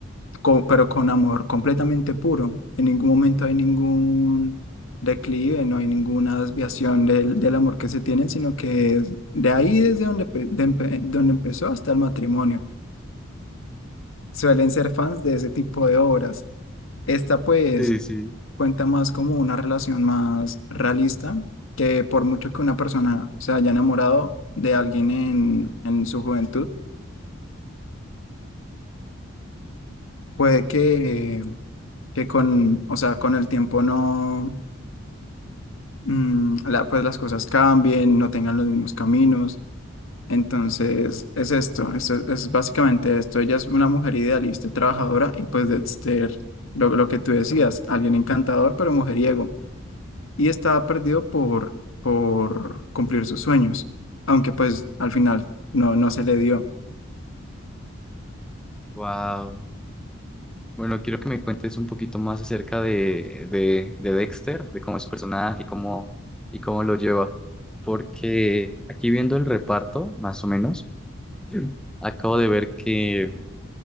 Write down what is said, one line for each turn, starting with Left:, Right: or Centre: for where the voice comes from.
Left: co- pero con amor completamente puro. En ningún momento hay ningún declive, no hay ninguna desviación del, del amor que se tienen, sino que es de ahí desde donde, pe- de empe- donde empezó hasta el matrimonio. Suelen ser fans de ese tipo de obras. Esta pues
Centre: Sí, sí.
Left: cuenta más como una relación más realista, que por mucho que una persona se haya enamorado de alguien en, en su juventud, puede que, que con, o sea, con el tiempo no mm, la- pues las cosas cambien, no tengan los mismos caminos. Entonces, es esto, es, es básicamente esto. Ella es una mujer idealista, y trabajadora y pues de ser lo, lo que tú decías, alguien encantador pero mujeriego. Y estaba perdido por, por cumplir sus sueños, aunque pues al final no, no se le dio.
Centre: wow. Bueno, quiero que me cuentes un poquito más acerca de, de, de Dexter, de cómo es su personaje y cómo, y cómo lo lleva. Porque aquí viendo el reparto, más o menos, <clears throat> Sí. acabo de ver que